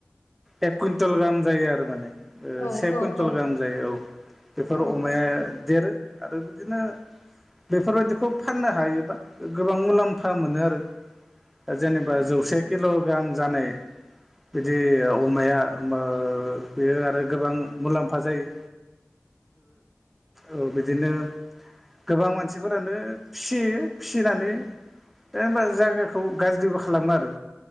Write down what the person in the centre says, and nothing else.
एक कुइन्टल गाहाम जायो आरो माने।
से
कुइन्टल
गाहाम जायो औ बेफोर
अमाया देरो आरो बिदिनो बेफोरबायदिखौ फाननो हायोबा गोबां मुलाम्फा मोनो आरो। दा जेनेबा जौसे किल ग्राम जानाय बिदि अमाया मो बेयो आरो गोबां मुलाम्फा जायो। औ बिदिनो गोबां मानसिफोरानो फिसियो फिसिनानै बे ओमबा जायगाखौ गाज्रिबो खालामो आरो